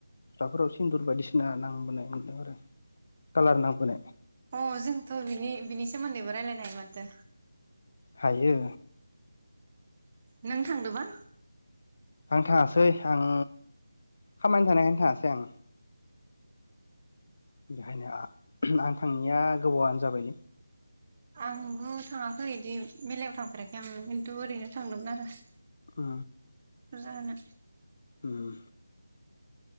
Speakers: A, on the left; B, on the right.
A: हाफोराव सिन्दुर बायदिसिना नांबोनाय मोन्दों आरो। कालार नांबोनाय
B: औ अ जोंथ' बिनि बिनि सोमोन्दैबो रायलायनो हायो माथो।
A: हायो।
B: नों थांदोबा
A: आं थाङासै आं खामानि थानायखायनो थाङासै आं। बेहायनो आ आं थांङिया गोबावानो जाबाय।
B: आंबो थाङाखै इदि मेलायाव थांफेराखै आं खिन्थु ओरैनो थांदोंमोन आरो।
A: ओ
B: फुजाहोनो
A: उम